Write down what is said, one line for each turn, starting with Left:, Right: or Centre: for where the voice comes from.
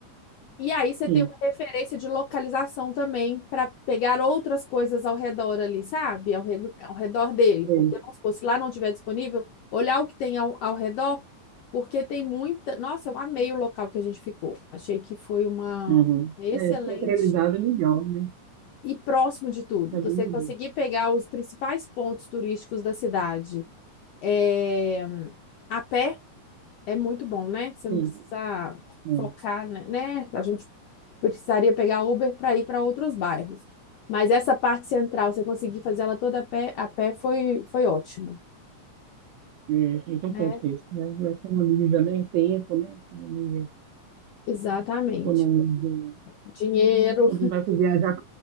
Left: E aí você
Right: Sim,
Left: tem uma referência de localização também para pegar outras coisas ao redor ali, sabe? Ao, re- ao redor dele.
Right: três.
Left: Porque, vamos supor, se lá não tiver disponível, olhar o que tem ao, ao redor, porque tem muita. Nossa, eu amei o local que a gente ficou. Achei que foi uma
Right: Uhum.
Left: excelente
Right: É, centralizado é melhor, né?
Left: e próximo de tudo.
Right: Tá
Left: Você
Right: bem melhor.
Left: conseguir pegar os principais pontos turísticos da cidade é, a pé é muito bom, né? Você não
Right: Sim,
Left: precisa
Right: é,
Left: focar, né? né? A gente precisaria pegar Uber para ir para outros bairros. Mas essa parte central, você conseguir fazer ela toda a pé, a pé foi, foi ótimo,
Right: é, é importante
Left: né?
Right: mesmo, né? E economiza, né? Tempo, né? Economiza,
Left: Exatamente.
Right: economiza.
Left: Dinheiro,
Right: Quando vai para viajar